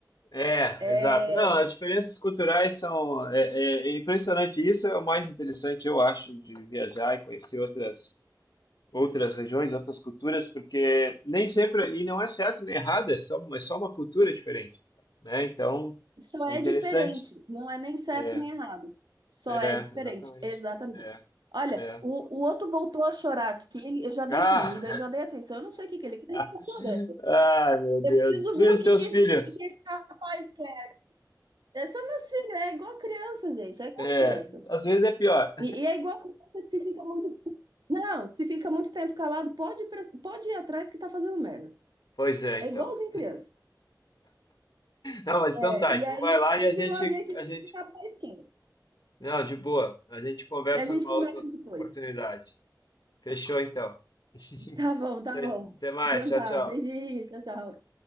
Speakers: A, on the left; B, on the right.
A: é,
B: É,
A: exato. Não, as diferenças culturais são. É, é- é impressionante. Isso é o mais interessante, eu acho, de viajar e conhecer outras, outras regiões, outras culturas, porque nem sempre. E não é certo nem errado, é só, é só uma cultura diferente, né? Então,
B: só
A: é
B: é
A: interessante.
B: diferente. Não é nem certo
A: É,
B: nem errado. Só
A: é,
B: é diferente.
A: exatamente.
B: Exatamente.
A: É,
B: Olha,
A: é.
B: o, o outro voltou a chorar aqui. Ele- eu já dei
A: Ah!
B: comida, eu já dei atenção. Eu não sei o que que ele quer. Ele tá
A: <laughs>
B: chorando.
A: Ah, meu Deus.
B: Eu preciso
A: Tu
B: ver
A: e
B: o que
A: teus
B: que esse,
A: filhos.
B: que esse rapaz quer. É, são meus filhos, é igual criança, gente. É igual
A: É,
B: criança.
A: às vezes é pior.
B: E, e é igual criança que se fica muito. Não, se fica muito tempo calado, pode, pres- pode ir atrás que tá fazendo merda.
A: Pois é,
B: É
A: então.
B: igualzinho
A: né?
B: criança.
A: Não, mas
B: É,
A: então tá.
B: e
A: Então
B: aí
A: vai
B: eu
A: lá
B: preciso
A: e a gente,
B: ir lá ver que
A: a gente.
B: tá pra esquina.
A: Não, de boa. A gente conversa
B: E a gente
A: numa
B: conversa
A: outra
B: depois.
A: oportunidade. Fechou, então. <laughs>
B: Tá bom, tá
A: Até
B: bom.
A: até mais.
B: Então
A: Tchau,
B: tá.
A: tchau.
B: Beijinhos, tchau, tchau.